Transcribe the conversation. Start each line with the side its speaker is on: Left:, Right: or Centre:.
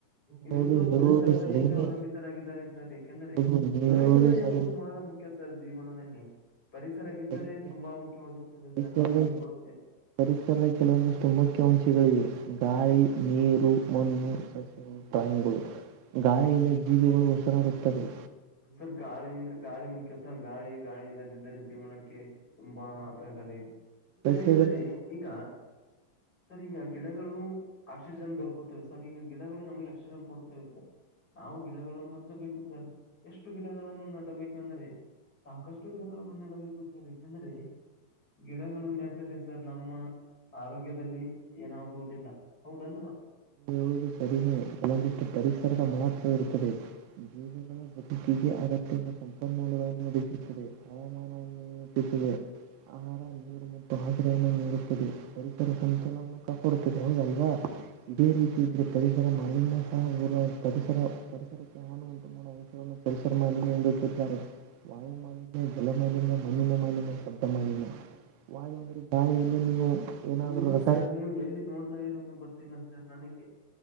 Left: ಇವೆಲ್ಲವೂ
Right: ಹೌದು ಹೇಳುವುದು
Left: ಪರಿಸರದ
Right: ಸರಿನೇ
Left: ಮೇಲೆ ಅವಲಂಬಿತರಾಗಿದ್ದಾರೆ ಸರ್ ಯಏಕೆಂದರೆೆ
Right: ಹೌದು ನೀ ಹೇಳುವುದು
Left: ಪರಿಸರ
Right: ಸರಿ
Left: ಎಂಬುದು ಬಹಳ ಮುಖ್ಯ ಸರ ಜೀವನದಲ್ಲಿ ಪರಿಸರವಿದ್ದರೆ
Right: ಸರಿನೇ
Left: ತುಂಬಾ ಮುಖ್ಯವಾಗಿರುತ್ತದೆ
Right: ಪರಿಸರದ
Left: ಸರ್ ನಾನು ಹೇಳ್ಕೊಡುತ್ತೇನೆ
Right: ಪರಿಸರದ ಕೆಲವೊಂದಿಷ್ಟು ಮುಖ್ಯ ಅಂಶಗಳಿವೆ ಗಾಳಿ ನೀರು ಮಣ್ಣು ಸಸ್ಯಗಳು ಪ್ರಾಣಿಗಳು ಗಾಳಿಯಿಂದ ಜೀವಿಗಳು ಬರುತ್ತದೆ
Left: ಸರ್ ಗಾಳಿಂದ ಗಾಳಿ ಮುಖ್ಯ ಸರ್ ಗಾಳಿ ಗಾಳಿ ಇಲ್ಲದಿದ್ದರೆ ಜೀವನಕ್ಕೆ ತುಂಬಾ ಅಪಾಯಕಾರಿ ಇದು ಸರಿ
Right: ಸಸ್ಯಗಳಿಂದ
Left: ಯಾಕಂದ್ರೆ ಈಗ ಸರ್ ಈಗ ಗಿಡಗಳು ಆಕ್ಸಿಜನ್ ದೊರಕುತ್ತವೆ ಸರ್ ಈಗ ಗಿಡಗಳು ನಮಗೆ ಆಕ್ಸಿಜನ್ ಕೊಡುತ್ತವೆ ಸರ್ ನಾವು ಗಿಡಗಳನ್ನು ಹಚ್ಚಬೇಕು ಸರ್ ಎಷ್ಟು ಗಿಡಗಳನ್ನು ನೆಡಬೇಕೆಂದರೆ ಸಾಕಷ್ಟು ಗಿಡಗಳನ್ನು ನೆಡಬೇಕು <unintelligible> ಯಾಕೆಂದ್ರೆ ಗಿಡಗಳು ನೆಟ್ಟರೆ ಸರ್ ನಮ್ಮ ಆರೋಗ್ಯದಲ್ಲಿ
Right: <unintelligible>
Left: ಏನಾಗುವುದಿಲ್ಲ ಹೌದಲ್ವಾ
Right: ಕಡಿಮೆ ಕೆಲವೊಂದಕ್ಕೆ ಪರಿಸರದ ಮಹತ್ವ ಇರುತ್ತದೆ ಜೀಗಳ ಮತ್ತು ಅಗತ್ಯವಿರುವ ಸಂಪನ್ಮೂಲವನ್ನು ನಡಿಸುತ್ತದೆ ಹವಾಮಾನವನ್ನು ಇಟ್ಟಿಸಿದೆ ಆಹ ನೀರು ಮತ್ತು ಆಸರೆಯನ್ನು ನೀಡುತ್ತದೆ ಪರಿಸರ ಸಂತೋಲವನ್ನು ಕಾಪಾಡುತ್ತದೆ ಹೌದಲ್ವಾ ಇದೇ ರೀತಿ ಇದ್ರೆ ಪರಿಸರ ಮಾಲಿನ್ಯ ಸಹ ಪರಿಸರ ಪರಿಸರಕ್ಕೆ ಹಾನು ಉಂಟು ಮಾಡುವ ಅಂಶವನ್ನು ಪರಿಸರ ಮಾಲಿನ್ಯ ಎಂದು <unintelligible> ವಾಯು ಮಾಲಿನ್ಯ ಜಲ ಮಾಲಿನ್ಯ ಮಣ್ಣಿನ ಮಾಲಿನ್ಯ ಶಬ್ದ ಮಾಲಿನ್ಯ ವಾಯು ಅಂದ್ರೆ ಗಾಳಿಯಲ್ಲಿ ನೀವು ಏನಾದ್ರು
Left: ನೀವು
Right: ರಸ
Left: ಸರ್ ನೀವು ಎಲ್ಲಿ ನೋಡ್ತಾ ಇರುವುದು ಗೊತ್ತಿಲ್ಲ ಸರ್ ನನಗೆ